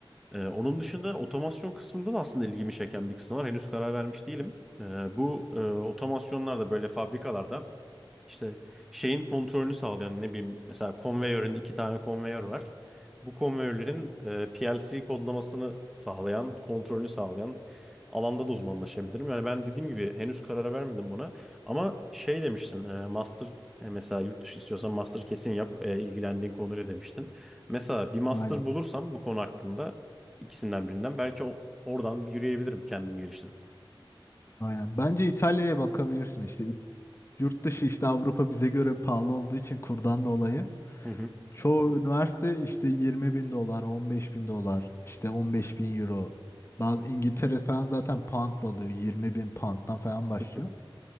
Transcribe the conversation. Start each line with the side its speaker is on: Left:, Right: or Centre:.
Centre: E, onun dışında otomasyon kısmında da aslında ilgimi çeken bir kısım var. Henüz karar vermiş değilim. E, bu e, otomasyonlar da böyle fabrikalarda işte şeyin kontrolünü sağlayan ne bileyim mesela konveyörün iki tane konveyör var. Bu konveyörlerin e, PLC kodlamasını sağlayan, kontrolünü sağlayan alanda da uzmanlaşabilirim. Yani ben dediğim gibi henüz karara vermedim buna. Ama şey demiştin, e, master e, mesela yurt dışı istiyorsan master kesin yap e, ilgilendiğin konuyla demiştin. Mesela bir master
Left: aynen,
Centre: bulursam bu konu hakkında ikisinden birinden belki o- oradan bir yürüyebilirim kendimi geliştirip.
Left: aynen. Bence İtalya'ya bakabilirsin işte. Yurt dışı işte Avrupa bize göre pahalı olduğu için kurdan dolayı.
Centre: Hı hı
Left: Çoğu üniversite işte 20 bin dolar, 15 bin dolar, işte 15 bin euro. Bazı İngiltere falan zaten poundla alıyor. 20 bin pound'dan falan başlıyor.
Centre: hı